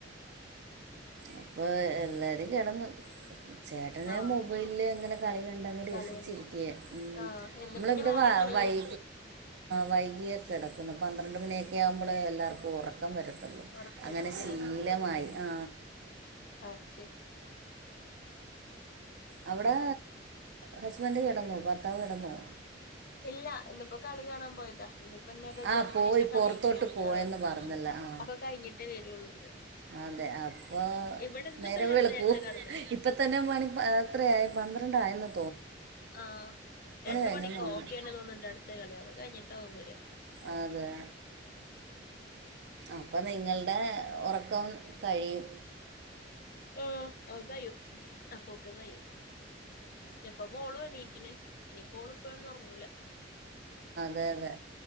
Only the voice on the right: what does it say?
അപ്പൊ എല്ലാരും കെടന്ന്. ചേട്ടന്
മുകളിൽ ഇങ്ങനെ കളി കണ്ട് ങ്ങ നെ രസിച്ചിരിക്ക
നമ്മളിവിടെ
വ വാ.
വൈ്
വൈകിയാ കിടക്കുന്നത് പന്ത്രണ്ട് മണിയൊക്കെ ആകുമ്പോൾ എല്ലാവർക്കും ഉറക്ക് ഉറക്കം വരത്തുള്ളൂ
അങ്ങനെ ശീലമായി ആ
അവിടെ ഹസ്ബൻറ്റ് കിടന്നോ ഭർത്താവ് കിടന്നോ?
ആ
പോയി
പുറത്തോട്ട് പോയെന്ന്
പറഞ്ഞല്ലോ ആ
അതെ അപ്പൊ
നേരംവെളുക്കു
ഇപ്പ തന്നെ മണി എത്രയായി പന്ത്ര ഉണ്ടായിന്ന്‌.
കഴിഞ്ഞെന്ന്
തോന്നുന്നു
അതെ... അപ്പൊ നിങ്ങളുടെ ഉറക്കം കഴിയും.
വേറെ.